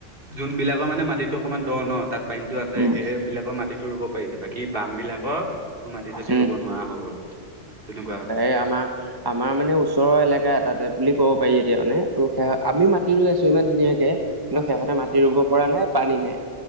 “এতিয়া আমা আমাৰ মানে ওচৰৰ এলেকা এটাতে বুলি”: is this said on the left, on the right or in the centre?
Right